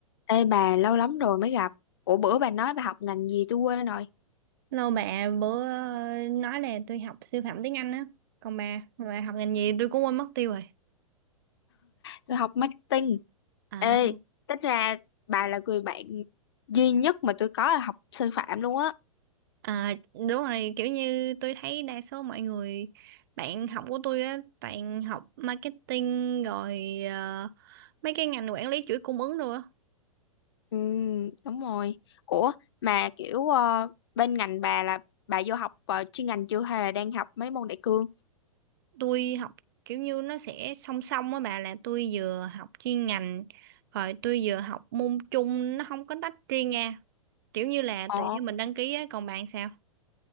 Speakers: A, on the left; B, on the right.
A: Ê bà lâu lắm rồi mới gặp. Ủa bữa bà nói bà học ngành gì tôi quên rồi.
B: Lâu bà bữa ờ, nói là tôi học siêu phẩm tiếng Anh á. Còn bà, bà học ngành gì tôi cũng quên mất tiêu rồi.
A: Tôi học marketing.
B: À,
A: Ê, tính ra bà là người bạn duy nhất mà tôi có là học sư phạm luôn á.
B: à đúng rồi, kiểu như tôi thấy đa số mọi người bạn học của tôi á toàn học marketing rồi ờ, mấy cái ngành quản lý chuỗi cung ứng rồi á.
A: Ừ, đúng rồi. Ủa mà kiểu ờ, bên ngành bà là bà vô học ờ, chuyên ngành chưa hay là đang học mấy môn đại cương?
B: Tôi học kiểu như nó sẽ song song á bà là tôi vừa học chuyên ngành rồi tôi vừa học môn chung nó không có tách riêng nha. Kiểu như là
A: Ồ.
B: tùy theo mình đăng ký á, còn bạn sao?